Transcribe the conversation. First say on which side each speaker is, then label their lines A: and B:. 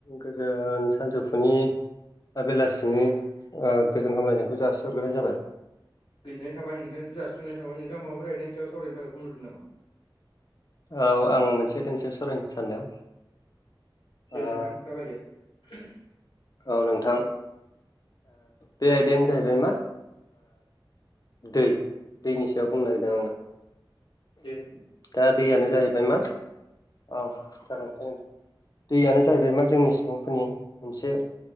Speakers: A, on the left; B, on the left.
A: गोजोन सानजौफुनि बेलासिनि गोजोन हामलायनायखौ जासिहरग्रोनाय जाबाय
B: गोजोननाय थाबाय नोंथांखौ जासिहरनाय थाबाय नोंथां माबाफोर गायदों सायाव सावरायनो थाखाय फन हरदोंमोन नामा?
A: औ आं मोनसे देनस सावरायनो सानदों
B: दे
A: ओ
B: नोंथां जागायदो
A: औ नोंथां बे आयदायानो जाहैबाय मा दै दैनि सायाव बुंनो नागिरदों आङो
B: दे
A: दा दैयानो
B: नोंथां जागायदो
A: जाहैबाय मा औ जागोन दैयानो जाहैबाय मा जोंनि सुबुंफोरनि मोनसे